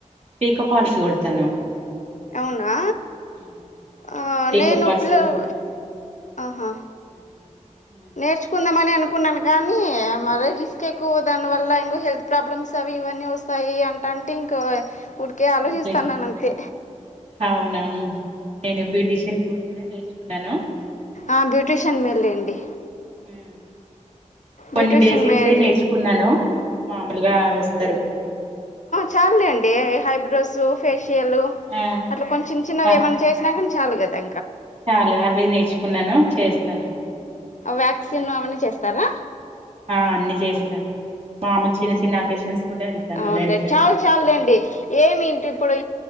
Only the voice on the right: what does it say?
పీకో ఫాల్స్ కుడతాను
హ్మ్.
పీకో
ఫాల్స్
కుడతాను.
హుహు. హ్మ్.
వదిలేసి
అవునా! నేను బ్యూటీషియన్ కోర్స్ గూడా నేర్చుకున్నాను.
హ్మ్. కొన్ని
బేసిక్సే
నేర్చుకున్నాను మామూలుగా వస్తారు
హుహు. ఆ!
ఆ!
చాలు అవే నేర్చుకున్నాను. చేస్తాను.
హ్మ్.
ఆ అన్ని చేస్తాను మాములు చిన్న చిన్న అకేషన్స్ కూడా వెళ్తాను
రెడీ చేయడానికి